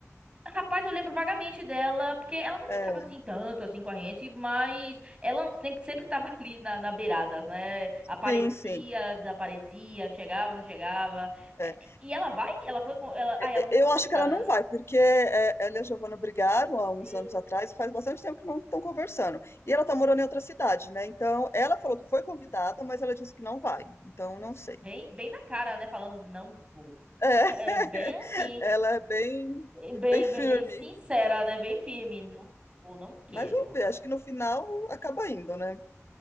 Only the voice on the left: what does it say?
É,
sim, sim.
é.
E-
e-
Eu
acho que ela não
vai, porque é, ela e a Giovana brigaram há uns
anos atrás, faz bastante tempo que não estão conversando. E ela tá morando em outra cidade, né? Então, ela falou que foi convidada, mas ela disse que não vai. Então, não sei.
É, <laughs>
ela é bem,
bem firme.
Mas vamos ver, acho que no final acaba indo, né?